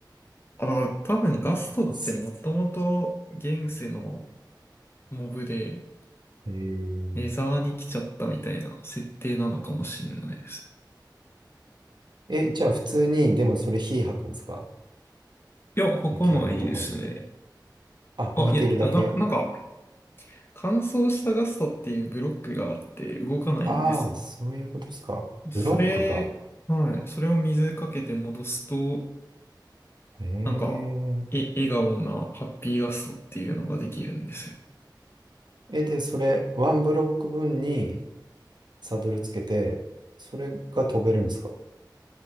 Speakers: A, on the left; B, on the right.
A: あ、だから多分ガストってもともと現世の
B: す
A: モブで
B: えー、
A: ネザーに来ちゃったみたいな設定なのかもしれないです。
B: え、じゃあ普通に、でもそれ火吐くんですか
A: いや、他のいいですね。
B: 雪山とかにいて。あ、
A: あ、
B: 浮いてるだけ
A: いや、あな、なんか乾燥したガストっていうブロックがあって動かないんですよ。
B: ああそういうことですか。
A: それ、
B: ブロックが。
A: はい。それを水かけて戻すと、
B: えー、
A: なんか、え、笑顔なハッピーガストっていうのができるんですよ。
B: え、で、それ、ワンブロック分にサドルつけて、それが飛べるんですか